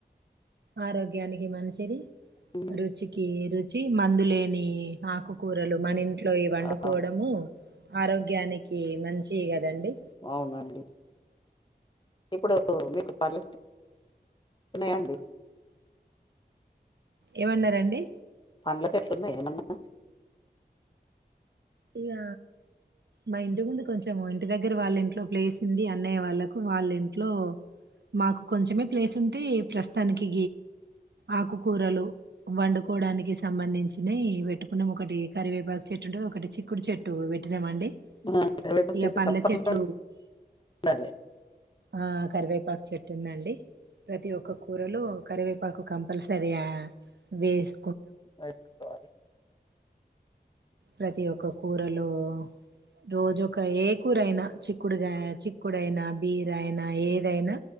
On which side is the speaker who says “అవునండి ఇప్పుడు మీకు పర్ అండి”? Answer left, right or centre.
Left